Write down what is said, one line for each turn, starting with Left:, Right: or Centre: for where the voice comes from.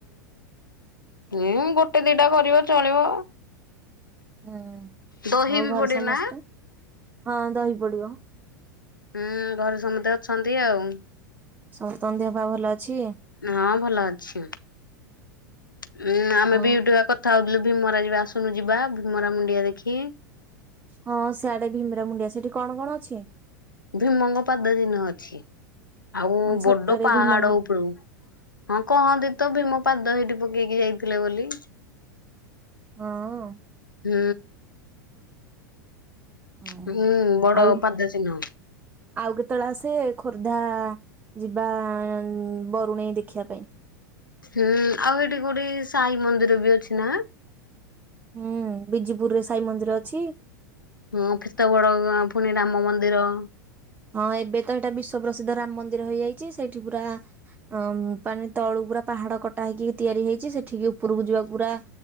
Left: ହୁଁ ଗୋଟେ ଦିଇଟା କରିବ ଚଳିବ।
Right: ହୁଁ
Left: ଦହି
Right: ଆଉ
Left: ବି
Right: ଘରେ
Left: ପଡେ
Right: ସମସ୍ତେ
Left: ନା
Right: ହଁ ଦହି ପଡିବ
Left: ହୁଁ ଘରେ ସମସ୍ତେ ଅଛନ୍ତି ଆଉ।
Right: ସମସ୍ତନ ଦେହ ପା ଭଲ ଅଛି।
Left: ହଁ ଭଲ ଅଛି। ଉଁ ଆମେ
Right: ଆଉ
Left: ବି ଟ କଥା ହୋଉଥିଲୁ। ଭୀମରା ଯିବା ଆସୁନୁ ଯିବା ଭୀମରା ମୁଣ୍ଡିଆ ଦେଖି
Right: ହଁ ସିଆଡେ ଭୀମରା ମୁଣ୍ଡିଆ ସେଠି କଣ କଣ ଅଛି।
Left: ଭୀମଙ୍ଗ ପାଦ ଦିନ ଅଛି ଆଉ
Right: ମାନେ ସତରେ
Left: ବଡ ପାହାଡ
Right: ଭୀମଙ୍କ
Left: ଉପରକୁ ହଁ କହନ୍ତିୀ ତ ଭୀମ ପାଦ ହେଇଠେ ପକେଇକି ଯାଇଥିଲେ ବୋଲି
Right: ହଁ।
Left: ହୁଁ।
Right: ହଁ।
Left: ହୁଁ ବଡ
Right: ଆଉ
Left: ପାଦ ଚିହ୍ନ।
Right: ଆଉ କେତେବେଳେ ଆସେ ଖୋର୍ଦ୍ଧା ଯିବା ବରୁଣେଇ ଦେଖିବା ପାଇଁ।
Left: ହୁଁ ଆଉ ଏଠି କୋଟି ସାହି ମନ୍ଦିର ବି ଅଛି ନା
Right: ହୁଁ ବିଜେପୁରରେ ସାଇ ମନ୍ଦିର ଅଛି।
Left: ହୁଁ ଫିତବଡ ଗାଁ ଫୁଣି ରାମ ମନ୍ଦିର
Right: ହଁ ଏବେ ତ ଏଇଟା ବିଶ୍ଵ ପ୍ରସିଦ୍ଧ ରାମ ମନ୍ଦିର ହେଇଯାଇଛି ସେଇଠି ପୁରା ଅମ୍ ପାନେ ତଳୁ ପୁରା ପାହାଡ କଟା ହେଇକି ତିଆରି ହେଇଛି ସେଠ ଠିକି ଉପରକୁ ଯିବାକୁ ପୁରା